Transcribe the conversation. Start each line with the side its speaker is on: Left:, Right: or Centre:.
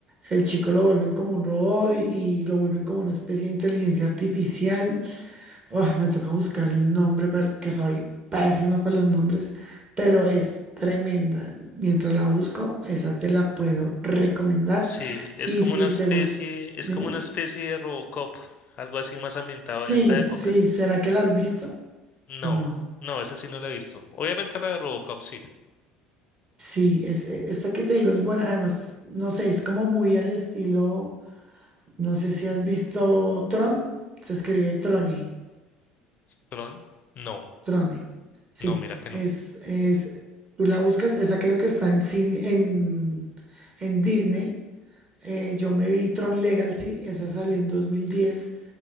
Right: el chico lo vuelven como un robot y, y lo vuelven como una especie de inteligencia artificial. Ah, me toca buscar el nombre porque soy pésima para los nombres, pero es tremenda. Mientras la busco, esa te la puedo recomendar.
Left: sí. Es
Right: Y
Left: como
Right: si
Left: una especie,
Right: te gusta,
Left: es
Right: dime.
Left: como una especie de Robocop, algo así más ambientado
Right: Sí,
Left: en esta época.
Right: sí, ¿será que la has visto
Left: No,
Right: o no?
Left: no, esa sí no la he visto. Obviamente la de Robocop, sí.
Right: Sí, es, e- esta que te digo es buena. Además, no sé, es como muy al estilo, no sé si has visto Tron, se escribe Troni.
Left: ¿Tron? No,
Right: Trone. Sí,
Left: no, mira que
Right: es,
Left: no.
Right: es, tú la buscas, esa creo que está en cine, en, en Disney. Eh, yo me vi Tron Legacy, esa salió en 2010